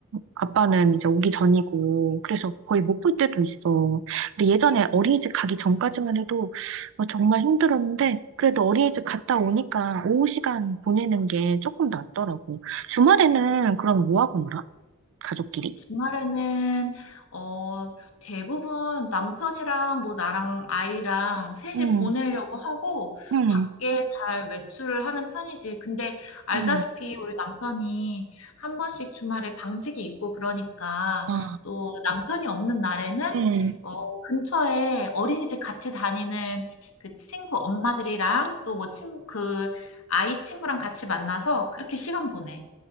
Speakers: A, on the right (about 65°); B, on the left (about 90°).
A: 아빠는 이제 오기 전이고 그래서 거의 못 볼 때도 있어. 근데 예전에 어린이집 가기 전까지만 해도 어, 정말 힘들었는데 그래도 어린이집 갔다 오니까 오후 시간 보내는 게 조금 낫더라고. 주말에는 그럼 뭐 하고 놀아? 가족끼리?
B: 주말에는 어 대부분 남편이랑 뭐 나랑 아이랑 셋이
A: 응,
B: 보내려고 하고
A: 응,
B: 밖에 잘 외출을 하는 편이지. 근데 알다시피
A: 응,
B: 우리 남편이 한 번씩 주말에 당직이 있고 그러니까
A: 아,
B: 또 남편이 없는 날에는
A: 응.
B: 어 근처에 어린이집 같이 다니는 그 친구 엄마들이랑 또 뭐 친구 그 아이 친구랑 같이 만나서 그렇게 시간 보내.